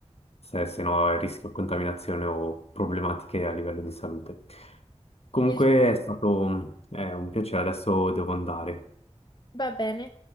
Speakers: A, on the left; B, on the left.
A: se, se no è rischio di contaminazione o problematiche a livello di salute. Comunque
B: Il-
A: è stato eh, un piacere, adesso devo andare.
B: Va bene.